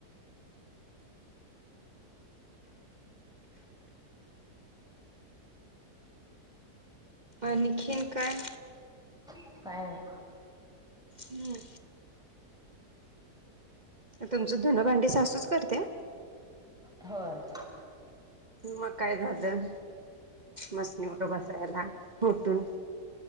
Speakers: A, on the right (about 30°); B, in the centre.
A: आणखीन काय
B: काय नाही
A: हम्. तुमचं धुनं भांडी सासूच करत्या.
B: होय.
A: मग काय झालं मसनीवर बसायला मोटून,